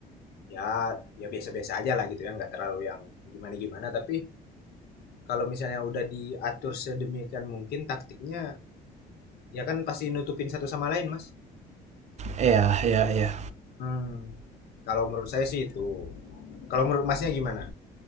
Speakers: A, on the left (about 70°); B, on the right (about 40°).
A: ya ya biasa-biasa aja lah gitu ya. Nggak terlalu yang gimana-gimana. Tapi kalau misalnya udah diatur sedemikian mungkin taktiknya ya kan pasti nutupin satu sama lain mas.
B: Iya iya iya.
A: Hmm. Kalau menurut saya sih itu. Kalau menurut masnya gimana?